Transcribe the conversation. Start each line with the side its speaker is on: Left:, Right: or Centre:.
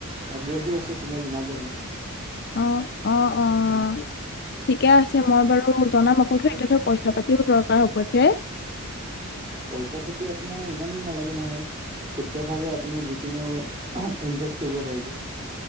Right: আগ্ৰহী আছে তেনে জনাব
Left: অহ অহ অহ অহ ঠিকে আছে মই বাৰু জনাম আকৌ সেইটো পইচা পাতিও দৰকাৰ হব যে
Right: পইচা পাতি আপোনাৰ ইমান নালাগে নহয় ক্ষুদ্ৰ ভাৱে আপুনি যিকোনো ইনভেষ্ট কৰিব পাৰিব।